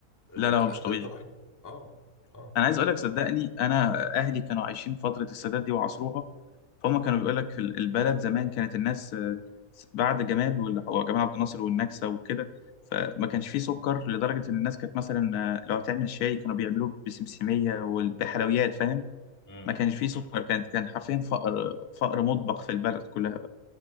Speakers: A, on the left; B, on the left.
A: لا
B: لا لا هو
A: لا
B: مش
A: غير
B: طبيعي
A: طبيعيه اه اه
B: انا عايز اقول لك صدقني انا اهلي كانوا عايشين فتره السادات دي وعصروها فهم كانوا بيقول لك البلد زمان كانت الناس آه، بعد جمال واللي هو جمال عبد الناصر والنكسه وكده فما كانش فيه سكر لدرجه ان الناس كانت مثلا آه، لو هتعمل شاي كانوا بيعملوه بسمسميه وبحلويات فاهم
A: مم.
B: ما كانش فيه سكر كانت كان حرفيا فقر فقر مطبق في البلد كلها